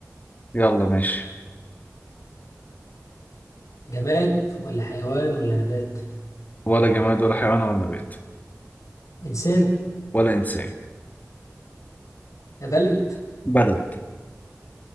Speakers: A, on the left; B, on the left.
A: يلا ماشي
B: جماد ولا حيوان ولا نبات
A: ولا جماد ولا حيوان ولا نبات
B: إنسان
A: ولا إنسان
B: بلد
A: بلد